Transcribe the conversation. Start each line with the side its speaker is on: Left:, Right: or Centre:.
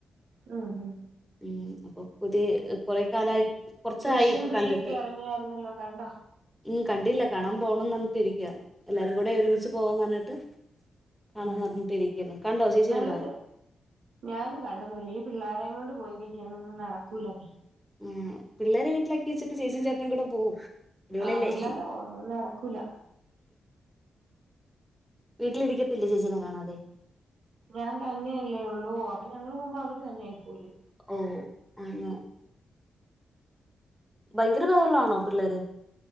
Right: ഉം ഉം
Centre: ഉം അപ്പൊ പുതിയ കൊറേ കാലായി കൊറച്ചായിപ്പൊ
Right: ദൃശ്യം ത്രീ
Centre: കണ്ടിട്ട്
Right: ഒക്കെ ഇറങ്ങിയായിരുന്നല്ലോ കണ്ടോ
Centre: ഉം കണ്ടില്ല കാണാൻ പോണന്നർ ഞ്ഞിട്ടിരിക്ക എല്ലാരും കൂടെ ഒരുമിച്ച് പോവാന്നർഞ്ഞിട്ട് കാണാന്നർഞ്ഞിട്ടിരിക്കായിര്ന്നു
Right: ഉം
Centre: കണ്ടോ ചേച്ചി
Right: നല്ല
Centre: കണ്ടോ
Right: ഞാനും കണ്ടന്നൂല്ല ഈ പിള്ളാരേങ്കൊണ്ട് പോയി കഴിഞ്ഞാ ഇതൊന്നും നടക്കൂലന്നേ
Centre: ആഹ് പിള്ളേരെ വീട്ടിലാക്കി വച്ചിട്ട് ചേച്ചിം ചേട്ടനും കൂടെ പോവും അടിപൊളിയല്ലേ
Right: ആഹ് പിള്ളാരോ അത് നടക്കൂല
Centre: വീട്ടിലിരിക്കത്തില്ലേ ചേച്ചിനെ കാണാതെ
Right: ഞാൻ തന്നെയല്ലേ ഉള്ളൂ അപ്പൊ ഞങ്ങള് പോവുമ്പോ അവര് തന്നെ ആയി പോവില്ലേ
Centre: ഓഹ് അങ്ങനെ ഭയങ്കര വൈറലാണോ പിള്ളേര്